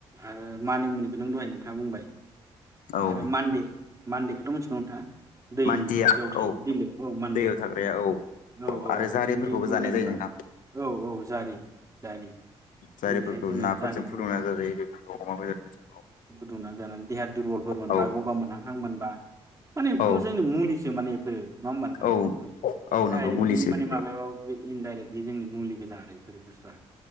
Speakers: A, on the right; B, on the left.
A: आरो मानि मुनिखौ नों दहाय खोथा बुंबाय
B: औ
A: आरो मानडे मानडेखौथ' मिथिगौ नोंथाङा दैयाव
B: मान्दिया औ
A: थायो बिलो औ मानडे
B: दैयाव थाग्राया औ
A: औ औ
B: आरो जारिफोरखौबो
A: बिनिखौ
B: जानाय
A: जोंना
B: जायो नोंथां
A: औ औ जारि जारि
B: जारिफोरखौ
A: जेरैहाय जोङो
B: नाफोरजों
A: जारिखौ
B: फुदुंना जा जायो बेफोरखौ अमा बेदरफोरजों।
A: दुंना जानानै देहा दुरबलफोर मोनबा
B: औ
A: गगा मोनहांहां मोनबा माने बेफोरबो
B: औ
A: जोंनि मुलि जो माने एफोरो नङा होमबा नोंथां
B: औ औ नंगौ
A: डाइरेक्टलि
B: मुलिसो बेफोर
A: माने माबायाव बे इनडाइरेक्ट बे जोंनि मुलि गोजा आरो बेफोर बुस्थुआ